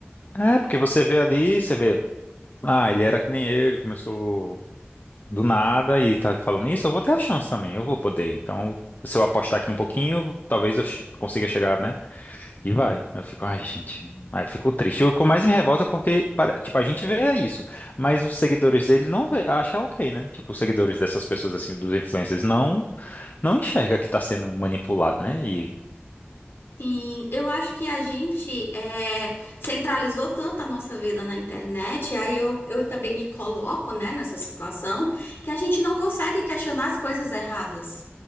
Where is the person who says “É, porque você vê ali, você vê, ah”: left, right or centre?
Left